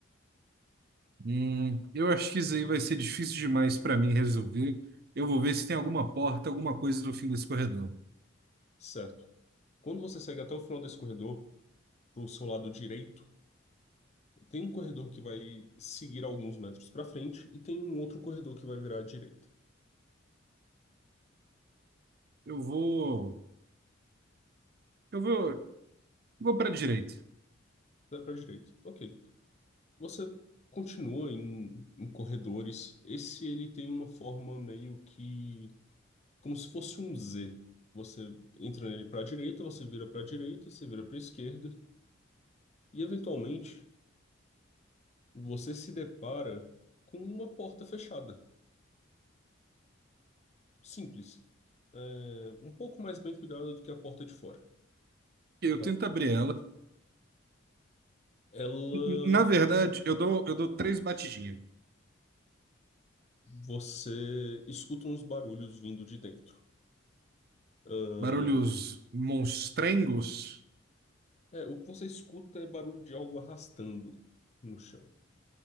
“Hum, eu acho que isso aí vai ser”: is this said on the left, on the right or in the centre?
Right